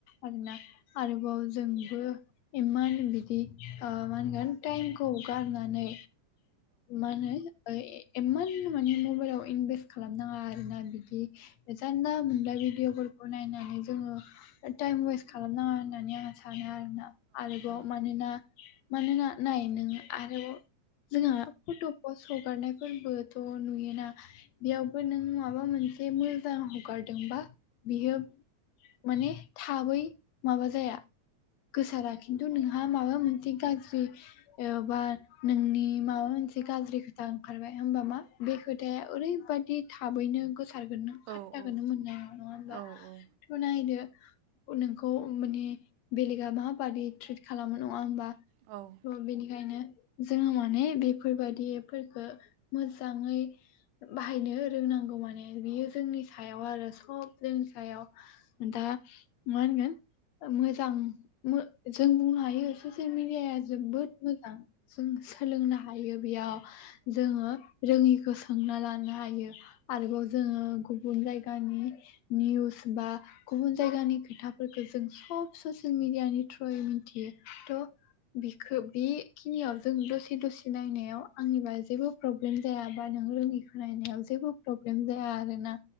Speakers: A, on the left; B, on the right.
A: आरोना आरोबाव जोंबो मा होनो बिदि मा होनगोन टाइमखौ गारनानै मा होनो इमान माने मबाइलाव इनभेस्ट खालामनाङा आरोना बिदि जानला मोनला भिदिअफोरखौ नायनानै जोंङो टाइम वेस्ट खालामनाङा होननानै आं सानो आरोना आरोबाव
B: औ
A: मानोना मानोना नाय नोङो आरो जोंहा फट' फस हगारनायफोरबोथ' नुयोना बेयावबो नों माबा मोनसे मोजां हगारदोंबा बियो माने थाबै माबा जाया गोसारा खिन्थु नोंहा माबा मोनसे गाज्रि एबा नोंनि माबा मोनसे गाज्रि खोथा ओंखारबाय होमबा मा बे खोथाया ओरैबादि थाबैनो गोसार गोन ना फात्ताखौनो
B: औ औ
A: मोननाय नङा होमबा
B: नंगौ
A: थ नायदो नोंखौ माने बेलेगा माबादि ट्रिट खालामो नङा होमबा
B: औ
A: बिनिखायनो जोङो माने बेफोरबादि एपफोरखौ मोजाङै बाहायनो रोंनांगौ माने बियो जोंनि सायाव आरो सब जोंनि सायाव दा माहोनगोन मोजां जों बुंनो हायो ससियेल मिडियाया जोबोद मोजां जों सोलोंनो हायो बेयाव जोङो रोङिखौ सोंना लानो हायो आरोबाव जोङो गुबुन जायगानि निउज बा गुबुन जायगानि खोथाफोरखौ जों सब ससियेल मिडियानि थ्रुयै मिथियो थ' बिखौ बेखिनियाव जों दसे दसे नायनायाव आंनिबा जेबो प्रब्लेम जायाबा नों रोङिखौ नायनायाव जेबो प्रब्लेम जाया आरो ना